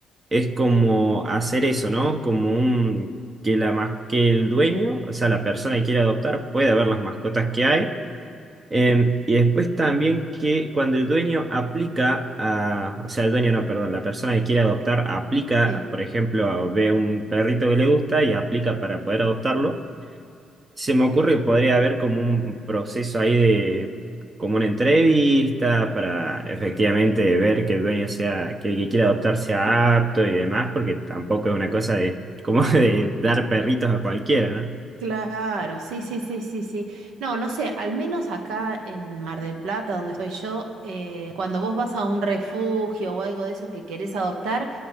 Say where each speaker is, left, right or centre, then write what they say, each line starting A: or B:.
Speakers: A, on the right (about 30°); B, on the right (about 85°).
A: es como hacer eso, ¿no? Como un, que la, mas- que el dueño, o sea, la persona que quiere adoptar, pueda ver las mascotas que hay Em, y después también que cuando el dueño aplica a, o sea, el dueño no, perdón, la persona que quiere adoptar aplica,
B: Sí.
A: por ejemplo, ve un perrito que le gusta y aplica para poder adoptarlo. Se me ocurre que podría haber como un proceso ahí de, como una entrevista para efectivamente ver que el dueño sea, que el que quiera adoptar sea apto y demás, porque tampoco es una cosa de, como <laughs> de dar perritos a cualquiera, ¿no?
B: Claro, sí, sí, sí, sí, sí. No, no sé, al menos acá en Mar del Plata, donde estoy yo, eh, cuando vos vas a un refugio o algo de eso que querés adoptar,